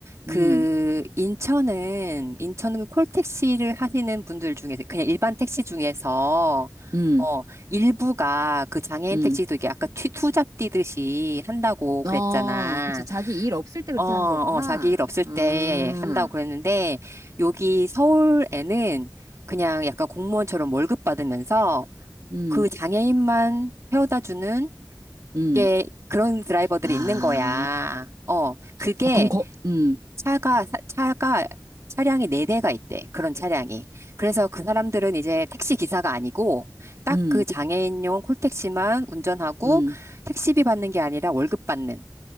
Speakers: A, on the right; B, on the right.
A: 그
B: 음,
A: 인천은 인천은 콜택시를 하시는 분들 중에서 그냥 일반 택시 중에서
B: 음,
A: 어 일부가 그 장애인
B: 음.
A: 택시도 이게 아까 튀, 투잡 뛰듯이 한다고 그랬잖아.
B: 어, 그치. 자기 일 없을 때 그렇게
A: 어, 어,
B: 하는 거구나.
A: 자기 일 없을 때
B: 아,
A: 한다고 그랬는데 여기 서울에는 그냥 약간 공무원처럼 월급 받으면서
B: 음,
A: 그 장애인만 태워다 주는
B: 음.
A: 게 그런 드라이버들이
B: 아,
A: 있는 거야. 어, 그게
B: 아, 그럼 거, 음,
A: 차가, 사- 차가, 차량이 네대가 있대. 그런 차량이. 그래서 그 사람들은 이제 택시 기사가 아니고 딱
B: 음,
A: 그 장애인용 콜택시만 운전하고
B: 음.
A: 택시비 받는 게 아니라 월급 받는.